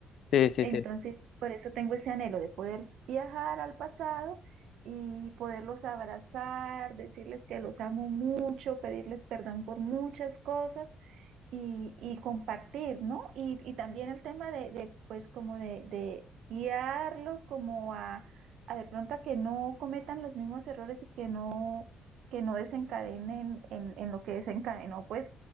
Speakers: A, on the left (about 65°); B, on the right (about 80°).
A: Sí, sí,
B: entonces,
A: sí.
B: por eso tengo ese anhelo de poder viajar al pasado y poderlos abrazar, decirles que los amo mucho, pedirles perdón por muchas cosas y, y compartir, ¿no? Y, y también el tema de, de, pues como de, de guiarlos como a, a de pronto a que no cometan los mismos errores y que no, que no desencadenen en, en lo que desencadenó pues